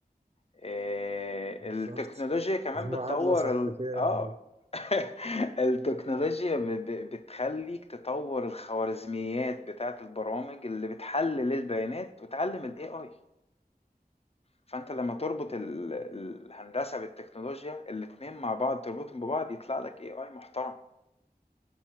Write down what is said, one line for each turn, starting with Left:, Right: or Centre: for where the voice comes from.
Left: آه،
Right: بالظبط
Left: التكنولوجيا كمان
Right: دي معادله
Left: بتطور
Right: صح
Left: ال...
Right: فعلا
Left: اه <laughs> التكنولوجيا ب... ب... بتخليك تطور الخوارزميات بتاعت البرامج اللي بتحلل البيانات وتعلم ال AI فانت لما تربط ال... الهندسة بالتكنولوجيا الاتنين مع بعض تربطهم ببعض يطلع لك AI محترم